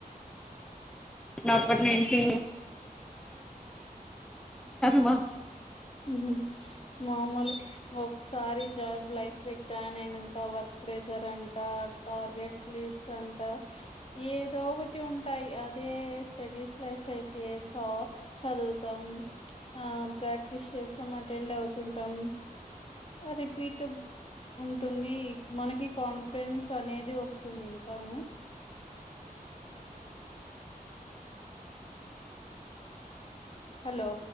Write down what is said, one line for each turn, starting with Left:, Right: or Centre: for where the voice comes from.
Centre: చిన్నప్పటి నుంచి <inaudible>
Left: ఊహు మామూలే ఒకసారి జాబ్ లైఫ్ లోకి జాయిన్ అయినంక వర్క్ ప్రెజర్ అంట టార్గెట్స్ లీడ్స్ అంట ఏదో ఒకటి ఉంటాయి అదే స్టడీస్ లైఫ్ అయితే చ చదువుతాం ఆ ప్రాక్ ప్రాక్టీస్ చేస్తాం అటెండ్ అవుతుంటాం రిపీట్ ఉంటుంది మనకి కాన్ఫిడెన్స్ అనేది వస్తుంది ఇంకాను హలో